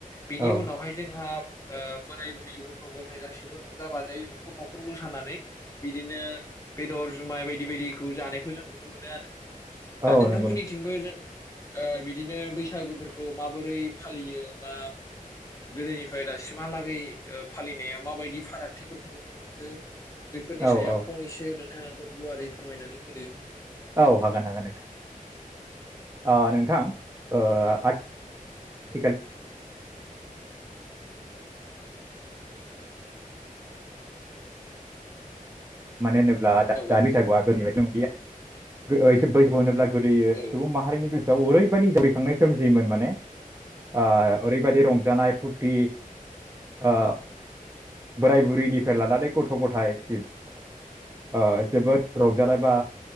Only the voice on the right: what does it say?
औ
औ
औ नंगौ नोंथां
औ
औ
औ हागोन हागोन नोंथां नोंथां। <unintelligible> मानो होनोब्ला दा
दानि बैसागुआ गोदोनि बाय <unintelligible> गोदोयो सुबुं
माहारिनि गोसो आव ओरैबायदि जावरिखांनाय सोमजियोमोन माने। ओ ओरैबायदि रंजानाय फुरथि ओ बोराय बुरैनिफ्राय लानानै गथ' गथाय ओ जोबोद रंजानाय बा